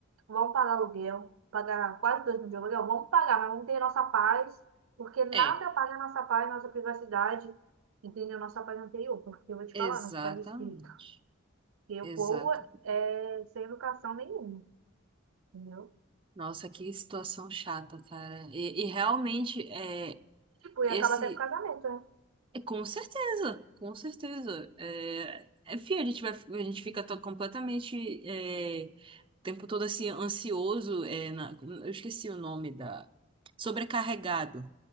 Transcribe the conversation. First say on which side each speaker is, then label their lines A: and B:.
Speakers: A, on the right; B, on the right.
A: vamos pagar aluguel, pagar quase dois mil de aluguel, vamos pagar, mas vamos ter nossa paz, porque nada
B: É,
A: paga nossa paz, nossa privacidade, entendeu? Nossa paz anterior, porque eu vou te
B: exatamente.
A: falar, nossa paz de espírito. E
B: Exato.
A: o povo é é sem educação nenhuma, entendeu?
B: Nossa, que situação chata, cara. E, e realmente é
A: Tipo, e
B: esse
A: acaba até com casamento, né?
B: É, Com certeza, com certeza. É, é, a gente vai, a gente fica todo completamente é, o tempo todo assim ansioso. É, na- eu esqueci o nome da. Sobrecarregado. A